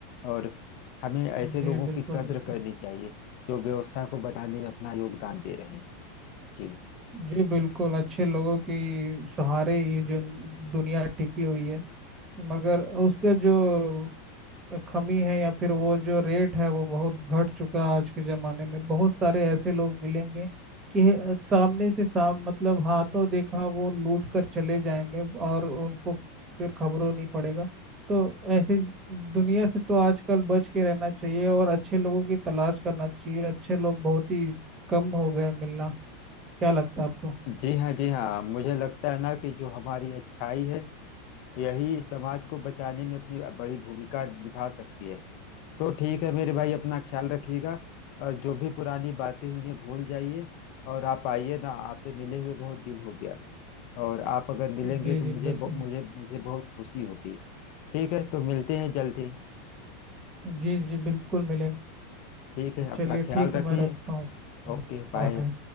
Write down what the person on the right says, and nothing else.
जी
बिल्कुल
बिल्कुल।
जी बिल्कुल अच्छे लोगों की सहारे ये जो दुनिया टिकी हुई है मगर उसके जो कमी है या फिर वो जो रेट है वो बहुत घट चुका है आज के ज़माने में बहुत सारे ऐसे लोग मिलेंगे कि सामने से साम मतलब हाथों देखा वो लूट कर चले जाएंगे और उनको फिर खबरों नहीं पड़ेगा तो ऐसे दुनिया से तो आजकल बच के रहना चाहिए और अच्छे लोगों की तलाश करना चाहिए अच्छे लोग बहुत ही कम हो गए मिलना क्या लगता है आपको
जी
जी बिल्कुल
जी जी बिल्कुल मिलेंगे
चलिए
ठीक
है मैं रखता हूँ
Bye.